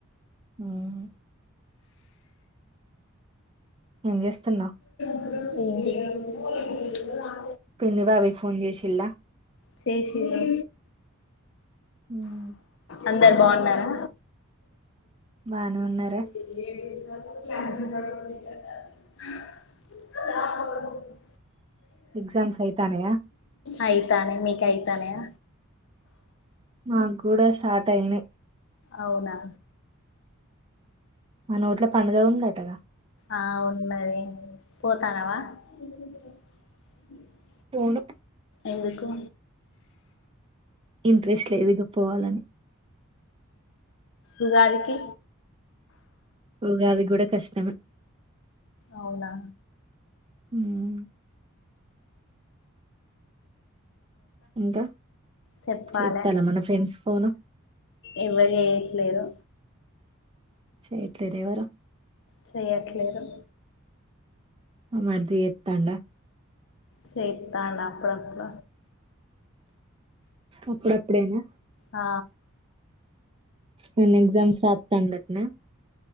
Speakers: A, on the right; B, on the left.
A: ఉమ్. ఏం చేస్తున్నావు?
B: <unintelligible>
A: పిన్ని బాబాయ్ ఫోన్ చేసిల్లా
B: చేసిర్రా.
A: హమ్.
B: అందరు బాగున్నారా.
A: బానే ఉన్నారా
B: ఇడ్లీ. <unintelligible>
A: ఎక్సామ్స్ అయితనయా.
B: అయితానై మీకు అయితానయ్య.
A: మాకు కూడా స్టార్ట్ అయింది.
B: అవునా.
A: మన ఊట్లో పండుగ ఉంద అటగా.
B: ఆ ఉన్నది పోతున్నవా. ఈవెనింగ్ ఆ
A: పోను.
B: ఎందుకు?
A: ఇంట్రెస్ట్ లేదు ఇగ పోవాలని.
B: ఉగాదికి.
A: ఉగాదికి కూడా కష్టమే.
B: అవునా.
A: ఉమ్. ఇంకా
B: చెప్పాలే
A: చేస్తాలా మన ఫ్రెండ్స్ ఫోను.
B: ఎవరు చేయట్లేదు.
A: చెయ్యట్లేదేవారు.
B: చెయ్యట్లేరు.
A: మరిది చేస్తాండా.
B: చేతన్డు అప్పుడప్పుడు.
A: అప్పుడప్పుడైనా.
B: ఆ.
A: నేను ఎగ్జామ్స్ రాతండత్న.